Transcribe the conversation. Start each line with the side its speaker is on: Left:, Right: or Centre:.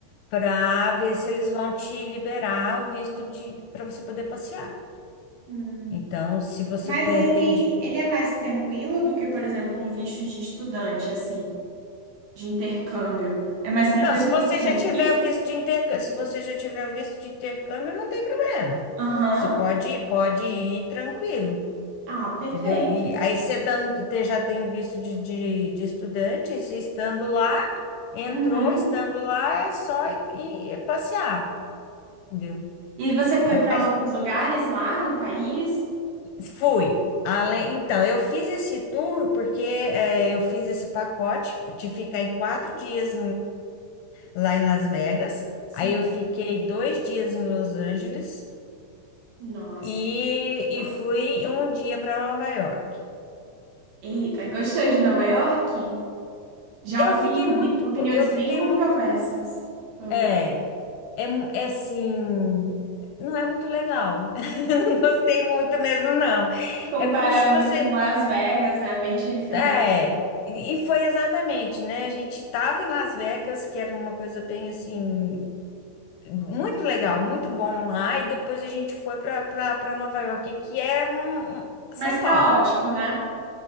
Left: Para ver se eles vão te liberar o visto de para você poder passear.
Right: Hum.
Left: Então, se você
Right: Mas
Left: pretende.
Right: ele, ele é mais tranquilo do que, por exemplo, um visto de estudante, assim, de intercâmbio. É mais tranquilo
Left: Não, se
Right: pra
Left: você
Right: você conseguir?
Left: já tiver o visto de intercâmbio, se você já tiver o visto de intercâmbio, não tem problema.
Right: Aham.
Left: Você pode ir, pode ir tranquilo,
Right: Ah, perfeito.
Left: entendeu? E aí você estando- te- já tem o visto de, de, de estudante, e se estando lá, entrou,
Right: Uhum.
Left: estando lá, é só ir, ir é passear, entendeu?
Right: E você foi
Left: É
Right: para
Left: mais.
Right: outros lugares lá no país?
Left: Fui. Além, então, eu fiz esse tour porque eh, eu fiz esse pacote de ficar em quatro dias lá em Las Vegas.
Right: Sim.
Left: Aí eu fiquei dois dias em Los Angeles
Right: Nossa.
Left: e,
Right: Não.
Left: e fui um dia para Nova York.
Right: Eita, gostou de Nova York? Já
Left: Eu
Right: ouvi
Left: fiquei muito,
Right: be- opiniões
Left: po- eu fiquei
Right: bem controversas
Left: muito,
Right: sobre.
Left: é, é, mu- é assim, não é muito legal. <laughs> Não gostei muito mesmo, não.
Right: Comparando
Left: É como se você,
Right: com Las Vegas, né? Bem diferente.
Left: é, e e foi exatamente, né? A gente estava em Las Vegas, que era uma coisa bem assim. Muito legal, muito bom lá. E depois a gente foi para para Nova York, que é um, um-
Right: Mas
Left: São Paulo.
Right: caótico, né?